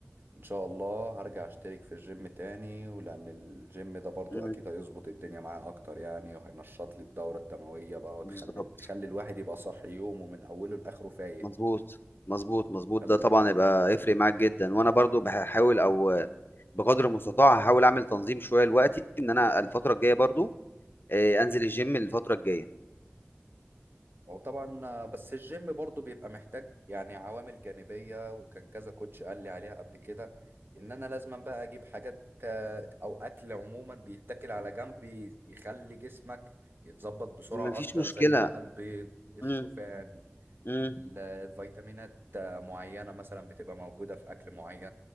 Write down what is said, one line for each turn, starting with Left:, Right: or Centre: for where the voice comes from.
Right: ان شاء الله هرجع اشترك في الجيم تاني ولان الجيم ده برضو
Left: مم.
Right: اكيد هيظبط الدنيا معايا اكتر يعني وهينشط لي الدورة الدموية بقى وتخلي
Left: بالظبط
Right: خلي الواحد يبقى صاحي يومه من اوله لاخره فايق
Left: مظبوط مظبوط مظبوط
Right: خلي
Left: ده طبعا
Right: الواحد
Left: يبقى
Right: مركز
Left: يفرق معاك جدا وانا برضو بحاول او بقدر المستطاع هحاول اعمل تنظيم شويه لوقتي ان انا الفتره الجايه برضو آه، انزل الجيم الفتره الجايه
Right: وطبعا آه، بس الجيم برضو بيبقى محتاج يعني عوامل جانبية وكان كذا كوتش قال لي عليها قبل كده ان انا لازم بقى اجيب حاجات آه، او اكل عموما بيتاكل على جنب يخلي جسمك يتظبط بسرعة
Left: مفيش
Right: اكتر
Left: مشكله
Right: زي بقى البيض الشوفان
Left: مم. مم.
Right: ال- الفيتامينات آه، معينة مثلا بتبقى موجودة في أكل معين